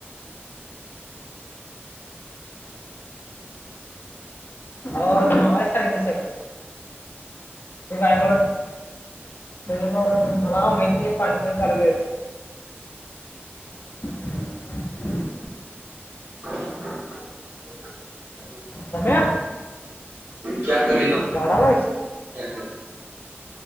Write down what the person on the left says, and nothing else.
हो तू मगाशी सांगितलं सगळं मला काय माहिती नाही? पाणी पण चालू केलय. <unintelligible>
सम्या
झाडालायस